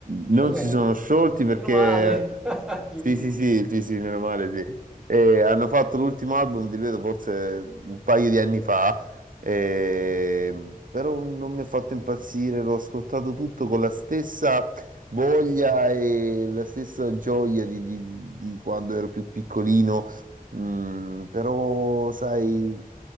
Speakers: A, on the right (about 65°); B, in the centre.
A: Non
B: Ok.
A: si sono sciolti perché...
B: Meno male. <laughs> Aiuto.
A: Sì, sì, sì, sì, sì, meno male, sì. E hanno fatto l'ultimo album, ti ripeto, forse un paio di anni fa, e- però non mi ha fatto impazzire, l'ho ascoltato tutto con la stessa voglia e la stessa gioia di, di- di quando ero più piccolino, Mm, però, sai,